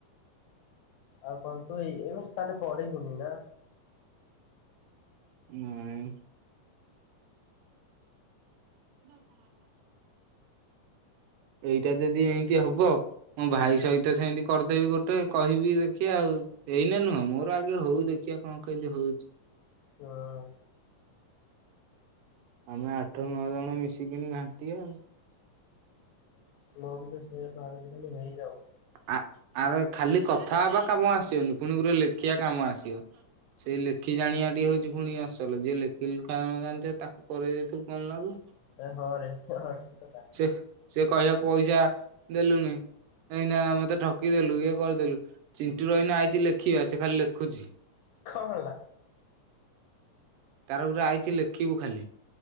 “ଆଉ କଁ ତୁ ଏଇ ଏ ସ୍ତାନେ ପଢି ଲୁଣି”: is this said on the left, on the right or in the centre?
Left